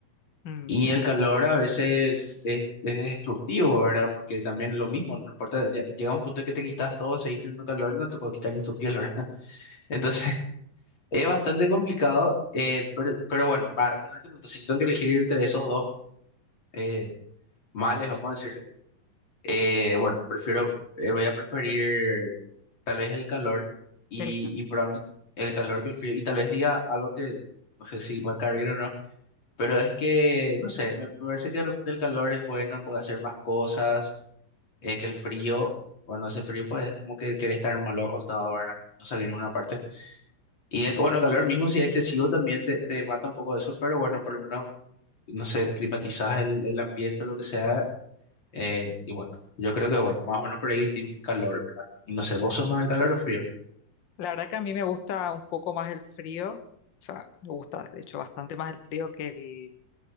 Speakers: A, on the left; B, on the left.
A: mm,
B: Y
A: ah,
B: el calor a veces es, es destructivo, ¿verdad? Porque también lo mismo, no importa, ya- llega un punto que te quitas todo, seguís teniendo calor, no te puedes quitar ni tu piel, ¿verdad? <laughs> Entonces es bastante complicado, eh, pero, pero bueno, para responder tu pregunta, si yo tengo que elegir entre esos dos eh, males, vamos a decirlo Eh, bueno, prefiero, eh, voy a preferir tal vez el calor y,
A: qué el calor.
B: y probablemente el calor que el frío. Y tal vez diga algo que no sé si va a caer bien o no, pero es que, no sé, me, me parece que de repente el calor es bueno, puede hacer más cosas, eh, que el frío, cuando hace frío, pues es como que querés estar malo acostado, ¿verdad? No salir en ninguna parte. Y es que, bueno, el calor mismo, si es excesivo, también te, te mata un poco de eso, pero bueno, por lo menos, no sé, climatizás el, el ambiente o lo que sea eh, y bueno, yo creo que, bueno, más o menos por ahí el team calor, ¿verdad? Y no sé,
A: Mm.
B: ¿vos sos más del calor o frío?
A: La verdad que a mí me gusta un poco más el frío, o sea, me gusta de hecho bastante más el frío que el,